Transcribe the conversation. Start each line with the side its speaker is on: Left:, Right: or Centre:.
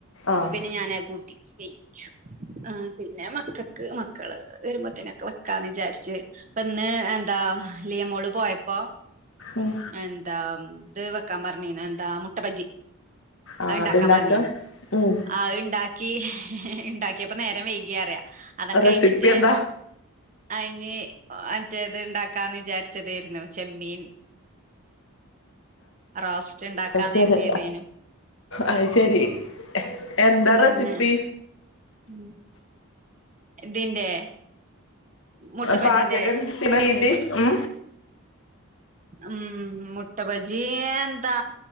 Right: അപ്പൊ
Left: ആഹ്
Right: പിന്നെ ഞാന് കൂട്ടി വെച്ചു ആ പിന്നെ മക്കൾക്ക് മക്കള് വരുമ്പോത്തേനൊക്കെ വെക്കാന്ന് വിചാരിച്ച് ഇപ്പൊ ഇന്ന് എന്താ ലിയമോള് പോയപ്പോ
Left: ഉം
Right: ആ എന്താ ഇത് വെക്കാൻ പറഞ്ഞിനു എന്താ മുട്ടബജി
Left: ആഹ്
Right: അത് ഉണ്ടാക്കാൻ
Left: അത്ണ്ടാക്കാ
Right: പറഞ്ഞിനു
Left: ഉം
Right: ആ ഉണ്ടാ ഈ ഇണ്ടാക്കിയപ്പോ നേരം വൈകിയ അറിയാം അതങ്ങ്
Left: റെസിപ്പി
Right: കഴിഞ്ഞിട്ട്
Left: എന്താ
Right: അയിന് മറ്റേ ഇത് ഇണ്ടാക്കാന്ന് വിചാരിച്ചതായിരുന്നു ചെമ്മീൻ റോസ്റ്റ് ഇണ്ടാക്കാന്ന്
Left: അ ശരി
Right: കരുതിയതേനു.
Left: അ ശരി എന്താ
Right: പിന്നെ
Left: റെസിപ്പി
Right: ഉം ഇതിന്റെ- മുട്ട ബജിന്റെ
Left: പാചകം <unintelligible> ഉം
Right: ഉം മുട്ടഭജി എന്താ